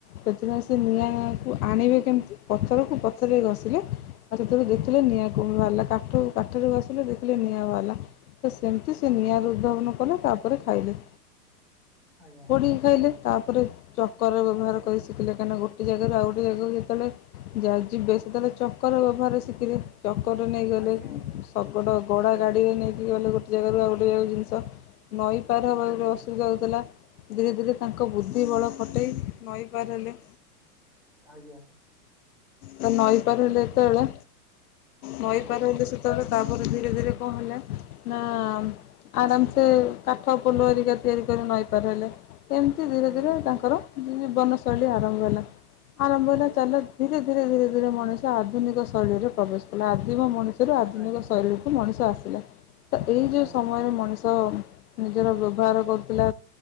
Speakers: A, on the left; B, in the centre.
A: ସେଥିପାଇଁ ସେ ନିଆଁକୁ
B: ଆଜ୍ଞା ଆଜ୍ଞା ଆଜ୍ଞା ଆଜ୍ଞା ଆଜ୍ଞା ଆଜ୍ଞା ଆଜ୍ଞା ଆଜ୍ଞା
A: ଆଣିବେ କେମିତି ପଥରକୁ ପ ପଥରରେ ଘସିଲେ ଆଉ ସେଥିରୁ ଦେଖିଲେ ନିଆଁ କୋଣରୁ ବାହାରିଲା ତାଠୁ କାଠରୁ ଘସିଲେ ଦେଖିଲେ ନିଆଁ ବାହାରିଲା ତ ସେମିତି ସେ ନିଆଁରେ ଉଦ୍ଭାବନ କଲେ ତାପରେ ଖାଇଲେ।
B: ଆଜ୍ଞା।
A: ପି ଖାଇଲେ ତାପରେ ଚକର ବ୍ୟବହାର
B: ଆଜ୍ଞା
A: କରି ଶିଖିଲେ କାନା ଗୋଟେ ଜାଗାରୁ ଆଉ ଗୋଟେ ଜାଗାକୁ ଯେତେବେଳେ ଯାଇ ଯିବେ ସେତେବେଳେ ଚକର ବ୍ୟବହାର ଶିଖିଲେ। ଚକରେ ନେଇ ଗଲେ
B: ଆଜ୍ଞା ଆଜ୍ଞା
A: ଶକଡ଼ ଗଡ଼ା
B: ଆଜ୍ଞା
A: ଗାଡ଼ିରେ ନେଇକି ଗଲେ ଗୋ ଜେଗାରୁ ଆଉ ଗୋଟେ ଜାଗା ଜିନିଷ ନଈ ପାର ହେବା
B: ଆଜ୍ଞା
A: ଅସୁବିଧା ହେଉଥିଲା ଧୀରେ ଧୀରେ ତାଙ୍କ ବୁଦ୍ଧି ବଳ ଖଟେଇ ନଈ ପାର ହେଲେ।
B: ଆଜ୍ଞା
A: ତ ନଈ ପାର ହେଲେ ଏତେବେଳେ ନଈ
B: ଆଜ୍ଞା
A: ପାର ହେଲେ ସେ କେତେ ବେଳେ ତାପରେ ଧୀରେ ଧୀରେ କଣ ହେଲେ ନା ଆରାମସେ କା ପୋଲରିକା ତିଆରି କରି ନଈ ପାର ହେଲେ ଏମିତି ଧୀରେ
B: ଆଜ୍ଞା
A: ଧୀରେ ତାଙ୍କର ଜୀବନଶୈଳୀ ଆରମ୍ଭ ହେଲା ଆରମ୍ଭ ହେଲା
B: ଆଜ୍ଞା
A: ଚାଲ ଧୀରେ ଧୀରେ ଧୀରେ ଧୀରେ ମଣିଷ ଆଧୁନିକ ଶୈଳୀରେ ପ୍ରବେଶ କଲା ଆଦିମ ମଣିଷ ସେଥିରୁ ଆଧୁନିକ
B: ଆଜ୍ଞା
A: ଶୈଳୀ କୁ ମଣିଷ ଆସିଲା ତ ଏଇ ଯେଉଁ
B: ଆଜ୍ଞା
A: ସମୟରେ
B: ଆଜ୍ଞା
A: ମଣିଷ ନିଜର ବ୍ୟବହାର କରୁଥିଲା